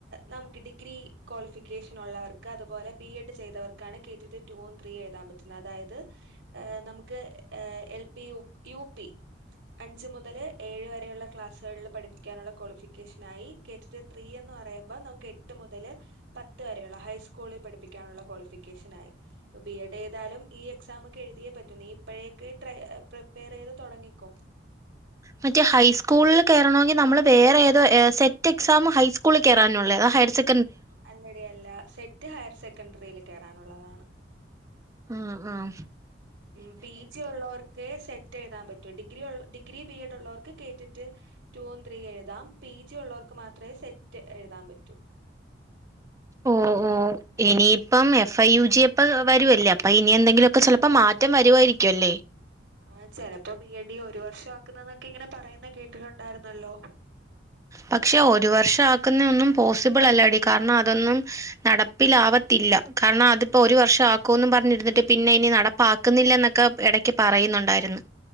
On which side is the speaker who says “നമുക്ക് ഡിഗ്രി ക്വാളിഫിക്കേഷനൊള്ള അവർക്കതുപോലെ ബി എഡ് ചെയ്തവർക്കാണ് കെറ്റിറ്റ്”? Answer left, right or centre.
Right